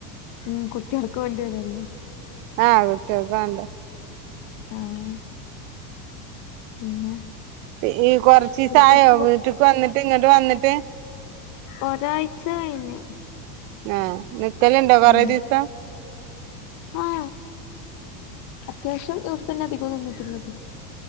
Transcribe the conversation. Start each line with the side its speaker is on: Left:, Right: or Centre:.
Left: ഉം കുട്ടിഅൾക്ക് വേണ്ടി വരല്ലോ
Right: ആഹ് കുട്ട്യൾക്ക്‌ വേണ്ടേ
Left: ആഹ് പിന്നെ
Right: പി ഈ കൊർച്ചീസായോ
Left: സ്കൂളിപ്പോ
Right: വീട്ട്ക്ക് വന്നിട്ട് ഇങ്ങട്ട് വന്നിട്ട്
Left: ഒരാഴ്ച കഴിഞ്ഞു
Right: ഏഹ് നിക്കല്ണ്ടോ കൊറെ
Left: ഉം
Right: ദിവസം
Left: ആഹ്, അത്യാവശ്യം ഇവ്ട് തന്നെ അധികം നിന്നിട്ടുള്ളത്